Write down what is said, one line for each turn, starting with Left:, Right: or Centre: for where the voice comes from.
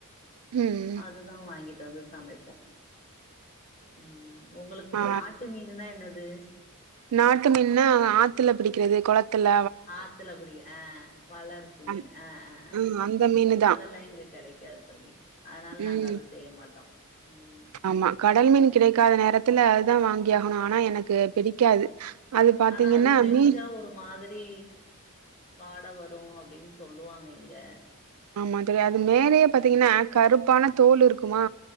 Right: ம்
Left: அதுதா வாங்கிட்டு வந்து சமைப்போ ம் ஒங்களுக்கு
Right: ஆ
Left: நாட்டு மீனுனா என்னது
Right: நாட்டு மீன்னா ஆத்துல புடிக்கிறது கொளத்துல
Left: ஆத்துல புடிக்க ஆ வளர்ப்பு மீனு
Right: அந்
Left: ஆ ஆ ஆ
Right: ம் அந்த மீனு தான்.
Left: அதெல்லா இங்க கெடைக்காது தோழி அதனால
Right: ம்
Left: நாங்க அது செய்ய மாட்டோ ம்
Right: ஆமா கடல் மீன் கிடைக்காத நேரத்துல அதுதா வாங்கி ஆகணு ஆனா எனக்கு பிடிக்காது அது பாத்தீங்கன்னா
Left: ஆனா அது செஞ்சா
Right: மீ
Left: ஒரு மாதிரி வாட வரு அப்டின் சொல்லுவாங்க இங்க
Right: ஆமா தோழி அது மேலயே பாத்தீங்கன்னா கருப்பான தோல் இருக்குமா